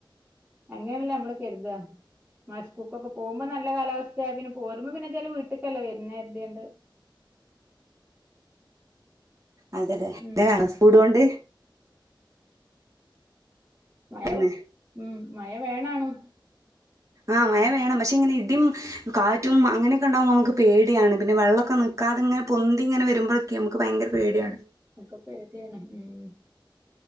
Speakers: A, on the right; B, on the right.
A: അങ്ങനെല്ലെ നമ്മള് കരുതാ മസ്കൂക്കൊക്കെ പോകുമ്പോ നല്ല കാലാവസ്ഥയായി പിന്നെ പോരുമ്പോ പിന്നെ വീട്ടിക്കല്ലേ വരുന്നത് കരുതിങ്ങാണ്ട്
B: അതെ അതെ
A: ഉം
B: <unintelligible> സ്പീടൊണ്ട്
A: മഴ
B: പിന്നെ
A: ഉം മഴ വേണാണും
B: ആഹ് മഴ വേണം പക്ഷെ ഇങ്ങനെ ഇടിം കാറ്റ് റ്റും അങ്ങനൊക്കെണ്ടാുമ്പൾ നമുക്ക് പേടിയാണ് പിന്നെ വെ ള്ളൊക്കെ നിക്കതെങ്ങനെ പൊന്തിങ്ങനെ വരുമ്പോഴൊക്കെ നമുക്ക് ഭയങ്കര പേടിയാണ്.
A: ഒക്ക പേടയാണ് ഉം.